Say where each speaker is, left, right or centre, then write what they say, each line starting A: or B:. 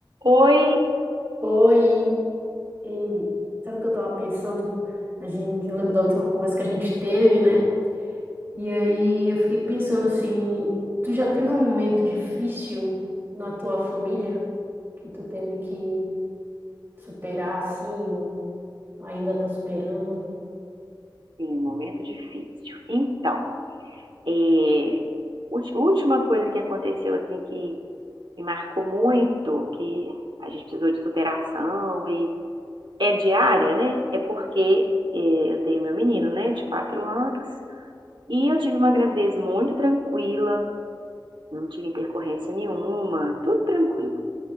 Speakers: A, on the right (about 75°); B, on the right (about 30°).
A: Oi,
B: Oi, e sabe o que eu tava pensando? A gente, eu lembro da última conversa que a gente teve, né? E aí eu fiquei pensando assim, tu já teve um momento difícil na tua família que tu teve que superar assim, ou ainda tá superando?
A: sim, momento difícil. Então, é, ulti- última coisa que aconteceu assim que me marcou muito, que a gente precisou de superação e é diária, né? É porque é, eu tenho meu menino, né, de quatro anos, e eu tive uma gravidez muito tranquila, não tive intercorrência nenhuma, tudo tranquilo.